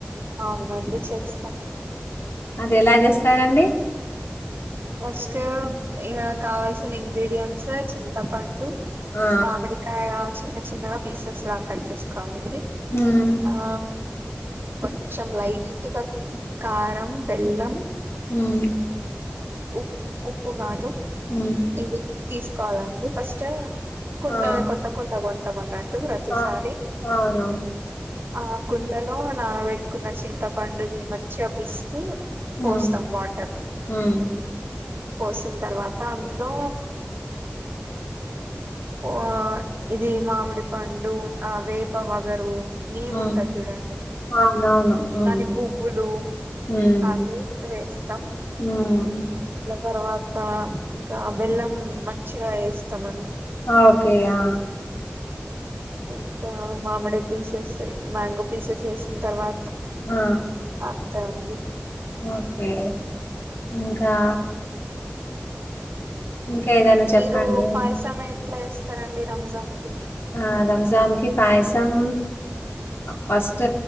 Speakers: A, on the right; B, on the left.
A: అవునండి చేస్తాం
B: అది ఎలా చేస్తారండి
A: ఫస్ట్ ఇగా కావాల్సిన ఇంగ్రీడియంట్స్ చింతపండు
B: ఆ
A: మామిడికాయ చిన్న చిన్నగా పీసెస్ లాగా కట్ చేసుకోవాలండి
B: ఉమ్
A: ఆ కొంచెం లైట్ గా కారం, బెల్లం
B: ఉమ్
A: ఉప్పు ఉప్పు కాదు
B: ఉ
A: ఇవి తీసుకోవాలండి ఫస్ట్ కుండది
B: ఆ
A: కొత్త కుండ కొంటాం అన్నట్టు ప్రతిసారి
B: ఆ అవునా
A: ఆ కుండలో నానబెట్ పెట్టుకున్న చింతపండుది మంచిగా పిసికి
B: ఉమ్
A: పోస్తాం వాటర్
B: ఉమ్
A: పోసిన తర్వాత అందులో ఆ ఇది మామిడి పండు ఆ వేప వగరు నేమ్
B: ఉమ్
A: ఉంటది చూడండి
B: అవునవును ఉమ్
A: దాని పువ్వులు
B: ఉమ్
A: అది వేస్తాం
B: ఉమ్
A: తర్వాత ఇంకా బెల్లం మంచిగా ఏస్తాం
B: ఓకే ఆ
A: ఇంకా మామిడి పీసెస్ మ్యాంగో పీసెస్ వేసిన తర్వా
B: ఆ
A: అంతే అండి
B: ఓకే ఇంకా ఇంకేదన్న చెప్పండి
A: మీరు పాయసం ఎట్లా చేస్తారండి రంజాన్ కి
B: ఆ రంజాన్కి పాయసం ఫస్ట్